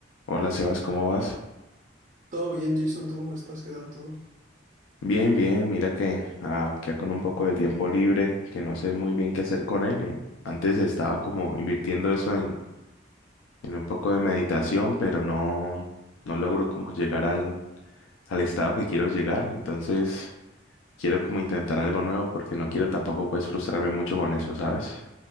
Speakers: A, on the left (about 80°); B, on the right (about 40°).
A: Hola Sebas, ¿cómo vas?
B: Todo bien, Jason, ¿tú cómo estás? ¿Qué tal todo?
A: Bien, bien, mira que acá con un poco de tiempo libre, que no sé muy bien qué hacer con él. eh. Antes estaba como invirtiendo eso en, en un poco de meditación, pero no, no logro como llegar al, al estado que quiero llegar. Entonces quiero como intentar algo nuevo porque no quiero tampoco pues frustrarme mucho con eso, ¿sabes?